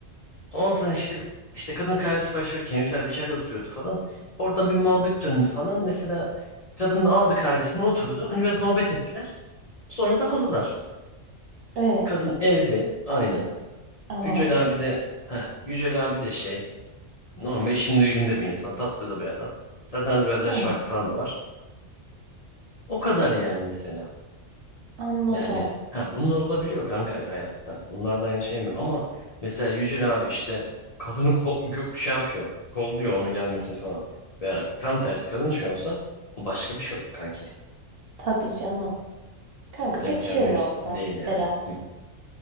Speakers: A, on the left; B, on the right.
A: Oradan işte işte kadın kahve sipariş verirken Yücel abi içeride oturuyordu falan. Oradan bir muhabbet döndü falan. Mesela kadın da aldı kahvesini oturdu. Hani biraz muhabbet ettiler. Sonra da aldılar.
B: Evet.
A: Kadın evli aynen.
B: Ana.
A: Yücel abi de heh, Yücel abi de şey normal işinde gücünde bir insan. Tatlı da bir adam. Zaten arada biraz yaş
B: Hı,
A: farkı falan da var. O kadar yani mesela.
B: anladım.
A: Yani ha bunlar olabiliyor kanka hayatta. Bunlardan yana şey mi? Ama mesela Yücel abi işte kadını ko- gö- şey yapıyor. Kolluyor onu gelmesini falan. Veya tam tersi kadın şey olsa o başka bir şey olur kanki.
B: Tabii canım. Kanka
A: O denk
B: peki
A: gelmek
B: şöyle olsa
A: değil yani.
B: Berat.
A: Hı.